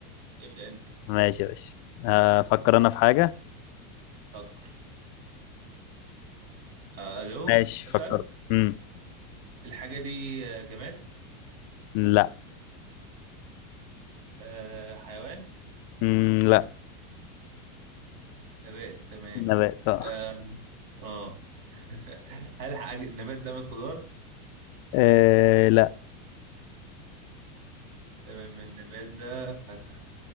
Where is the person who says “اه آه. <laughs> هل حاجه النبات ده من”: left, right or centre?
Right